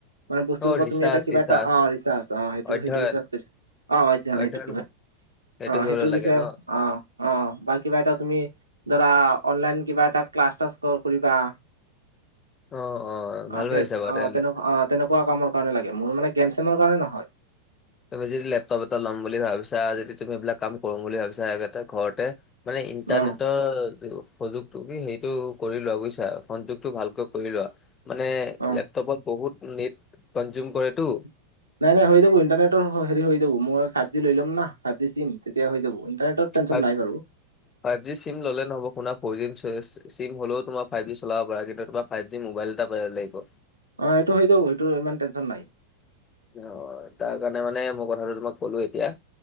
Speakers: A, on the right; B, on the left.
A: মানে বস্তুৰ
B: অ',
A: ওপৰত
B: ৰিচাৰ্চ
A: তুমি এটা কিবা
B: ৰিচাৰ্চ
A: এটা অ ৰিচাৰ্চ অ সেইটো
B: অধ্যয়ন
A: সেইটো ৰিচাৰ্চ কৰিছ অ সেইটো
B: অধ্যয়ন সেইটো
A: অ
B: কৰিব
A: সেইটোৰ
B: লাগে
A: বিষয়ে
B: ন?
A: অ অ বা কিবা এটা তুমি, ধৰা অনলাইন কিবা এটা ক্লাছ তাচ কৰিবা,
B: অ', ভাল
A: অ খেত
B: ভাবিছা বাৰু
A: অ তেনেক আহ তেনেকুৱা কামৰ কাৰণে লাগে মোৰ মানে গেম চেমৰ কাৰণে নহয়,
B: তুমি যদি লেপটপ এটা ল'ম বুলি ভাবিছা যদি তুমি এইবিলাক কাম কৰোম বুলি ভাবিছা তাতে ঘৰতে মানে ইণ্টাৰনেটৰ
A: অ
B: যুগ যোগটো কি হেৰিটো কৰি লোৱা বুজিছা, সংযোগটো ভালকে কৰি লোৱা মানে‌
A: অ
B: লে পত, বহুত নেট কনজিউম কৰেটো।
A: <inaudible> নাই নাই হৈ যাব ইণ্টাৰনেটৰ হেৰি হৈ যাব, মই ফাইভ জি লৈ ল'ম ন, ফাইভ জি চিম, তেতিয়া হৈ যাব ইণ্টাৰনেট টেনচন
B: ফাইভ
A: নাই বাৰু।
B: ফাইভ জি চিম ল'লে নহ'ব, শুনা ফৰ জছে চিম হলেও তোমাৰ ফাইভ জি চলাব পাৰা, কিন্তু তোমাৰ ফাইভ জি মোবাইল এটা লাগিব।
A: অ' এইটো হৈ যাব, এইটো ইমান টেনশ্যন নাই।
B: অ তাৰ কাৰণে মানে মই কথাটো তোমাক ক'লো এতিয়া।